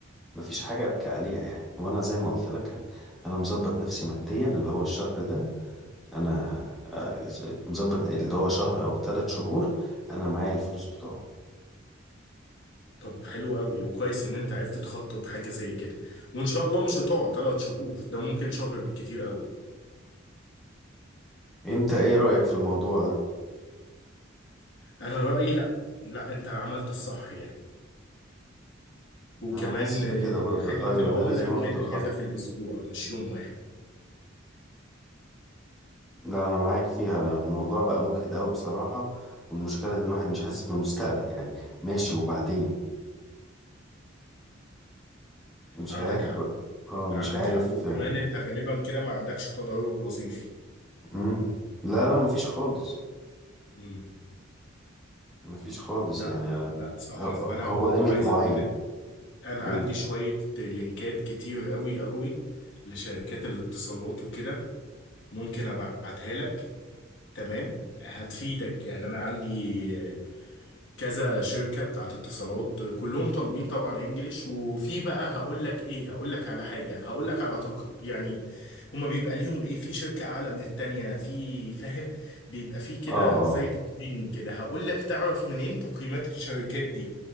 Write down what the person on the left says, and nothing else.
طب حلو قوي وكويس ان انت عرفت تخطط حاجه زي كده وان شاء الله مش هتقعد ثلاث شهور ده ممكن شهر بالكتير قوي
انا رايي لا لا انت عملت الصح يعني وكمان
آه،
خدمه
العملاء
يومين
اجازه في الاسبوع مش يوم واحد
عندك
حق
عندك
حق وكمان انت غالبا كده ما عندكش تدرج وظيفي
امم
لا
لا
لا صح
وانا
برضو
عايز
اقول انا
عندي شوية لينكات كتير قوي قوي لشركات الاتصالات وكده ممكن ابعتها لك تمام هتفيدك يعني انا عندي كذا شركة بتاعت اتصالات كلهم طالبين طبعا انجليش وفي بقى هقول لك ايه هقول لك على حاجة هقول لك على تق... يعني هما بيبقى ليهم ايه في شركة اعلى من التانية في فاهم بيبقى في كده
زي تقييم كده هقول لك تعرف منين تقييمات الشركات دي